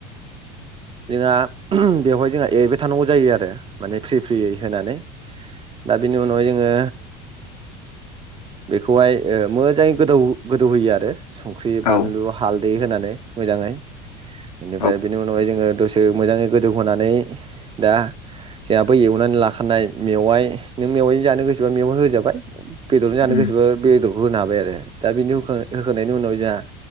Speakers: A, on the right; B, on the left.
A: जोंहा बेवहाय जोंहा एरबाय थानांगौ जायो आरो माने फ्रि फ्रियै होनानै <inaudible> बिनि उनाव जोङो बेखौहाय ओ मो जाङै गोदौ गोदौ होयो आरो संख्रि,
B: औ
A: बानलु,
B: औ
A: हाल दै होनानै मोजाङै बेनिफ्राय
B: औ
A: बिनि उनावहाय जोङो दसे मोजाङै गोदोव होनानै दा जोंहाबो एवनानै लाखानाय मेवाइ नों मेवायजों जानो गोसोबा मेवं होजाबाय बेदरजों जानो
B: उम
A: गोसोबो बे बेदरखौ होनो हाबाय आरो दा बिनि होखां होखांनायनि उनाव जोंहा